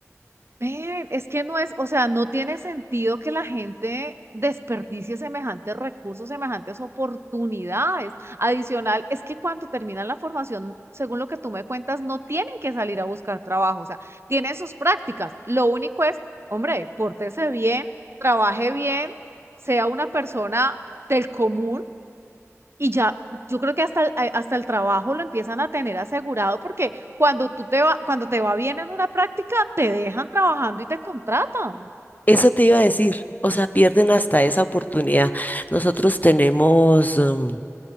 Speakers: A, on the right; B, on the left.
A: Ven, es que no es, o sea, no tiene sentido que la gente desperdicie semejantes recursos, semejantes oportunidades. Adicional, es que cuando terminan la formación, según lo que tú me cuentas, no tienen que salir a buscar trabajo, o sea, tienen sus prácticas. Lo único es, hombre, pórtese bien, trabaje bien, sea una persona del común y ya, yo creo que hasta el, a- hasta el trabajo lo empiezan a tener asegurado porque cuando tú te va, cuando te va bien en una práctica, te dejan trabajando y te contratan.
B: Eso te iba a decir. O sea, pierden hasta esa oportunidad. Nosotros tenemos um,